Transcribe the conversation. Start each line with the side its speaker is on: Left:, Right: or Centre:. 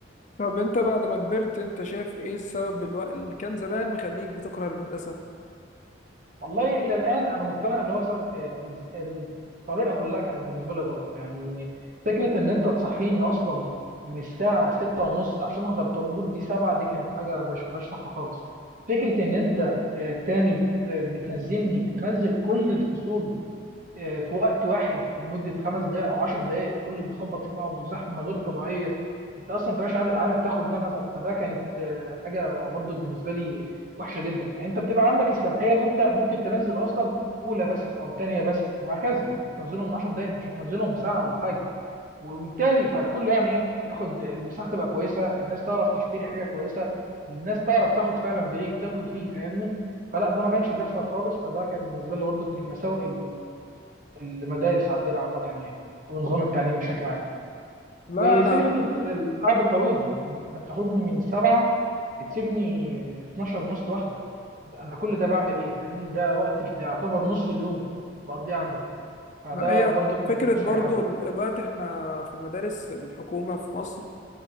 Left: طب انت بعد ما كبرت انت شايف ايه السبب الو... اللي كان زمان مخليك بتكره المدرسة
Right: والله الى الان انا مقتنع ان هو سبب آه، ال- الطريقه كلها كانت بالنسبه لي غلط يعني فكره ان انت تصحيني اصلا من الساعه 6 ونص عشان احضر طابور دي 7 دي كانت حاجه ما بشوفهاش صح خالص فكره ان انت آه، تاني بت- بتنزلني بتنزل كل الفصول آه، في وقت واحد لمده خمس دقائق او 10 دقائق كله بيخبط في بعضه زحمه غير طبيعيه انت اصلا ما بتبقاش عارف عارف تاخد نفسك فده كانت آه، حاجه برضه بالنسبه لي وحشه جدا يعني انت بتبقى عندك السماحيه اللي انت ممكن تنزل اصلا اولى بس او ثانيه بس وهكذا يعني تنزلهم 10 دقائق انت مش هتنزلهم ساعه ولا حاجه وبالتالي فكل يعني ايه ياخد المساحه تبقى كويسه الناس تعرف تشتري حاجه كويسه الناس تعرف تاخد فعلا بريك تاكل فيه فاهمني فلا
Left: مم.
Right: ده ما كانش بيحصل خالص فده كان بالنسبه لي برضه من مساوئ المدارس عندنا عامة يعني ونظام التعليم بشكل عام
Left: لا
Right: وفكرة
Left: انا
Right: الط- القعدة الطويلة يعني أنت بتاخدني من سبعة بتسيبني 12 ونص واحدة أنا كل ده بعمل إيه فاهمني ده وقتك ده يعتبر نص اليوم بقضيه عندك فده
Left: لا هي
Right: برضك ما
Left: فكرة
Right: كانتش
Left: برضو
Right: حاجة حلوة
Left: ال- الوقت احنا في المدارس الحكومة في مصر